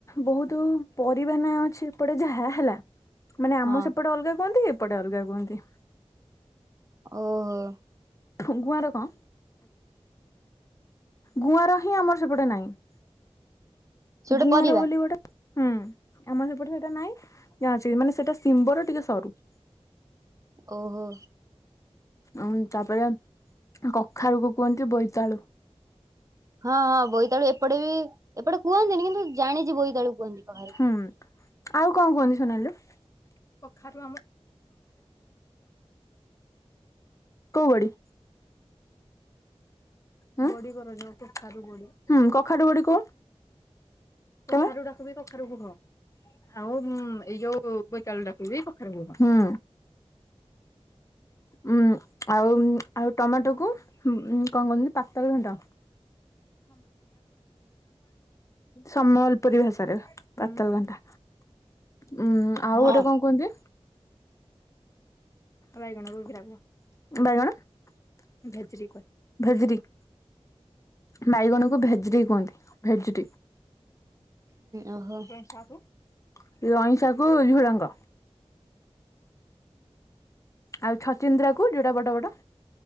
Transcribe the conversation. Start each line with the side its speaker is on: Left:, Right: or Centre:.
Left: ବହୁତୁ ପରିବା ନାଁ ଅଛି ଏପଟେ ଯାହା ହେଲା। ମାନେ ଆମ
Right: ହଁ
Left: ସେପଟେ ଅଲଗା କୁହନ୍ତି ଏପଟେ ଅଲଗା କୁହନ୍ତି।
Right: ଓ ହୋ
Left: ଗୁଆର କଁ ଗୁଆଁର ହିଁ ଆମର ସେପଟେ ନାହିଁ
Right: ସେ ଗୋଟେ
Left: ଗୁଆଁର
Right: ପରିବା
Left: ବୋଲି ଗୋଟେ ହୁଁ ଆମର ସେପଟେ ସେଟା ନାଇଁ ଯା ଅଛି ମାନେ ସେଟା ସିମ୍ବର ଟିକେ ସରୁ।
Right: ଓହୋ।
Left: ଉଁ ତାପରେ କଖାରୁକୁ କୁହନ୍ତି ବୋଇତାଳୁ।
Right: ହଁ ହଁ ବୋଇତାଳୁ ଏପଟେ ବି ଏପଟେ କୁହନ୍ତିନି କିନ୍ତୁ ଜାଣିଚି ବୋଇତାଳୁ କୁହନ୍ତି <unintelligible>
Left: ହୁଁ ଆଉ କଣ କୁହନ୍ତି ସୋନାଲୁ କୋଉ ବଡି? ହୁଁ କଖାରୁ ବଡି କ କଖାରୁ ରାକୁ ବି କଖାରୁ କୁହ। ଆଉ ଏଇ ଯୋଉ ବୈତାଳୁ ଟାକୁ ବି କଖରୁ କୁହ ଉଁ ଆଉ ଆଉ ଟମାଟୋ କୁ ଉଁ କଣ କୁହନ ପାତଳ ଘୁଣ୍ଟ ସମ୍ବଲପୁରୀ ଭାଷାରେ ପାତଲ ଘଣ୍ଟା ଉଁ ଆଉ
Right: ହଁ
Left: ଗୋଟେ କଣ କୁହନ୍ତି। ବାଇଗଣ <unintelligible> କୁହ ଭେଜିରୀ କହି ବାଇଗଣକୁ ଭେଜିରି କୁହନ୍ତି ଭେଜିରି।
Right: ଓହୋ।
Left: ଲଇଁସାଗୁ ଝୁଡ଼ଙ୍ଗ। ଆଉ ଛଚିନ୍ଦ୍ରା କୁ ଯୋଉଟା ବଡ ବଡ।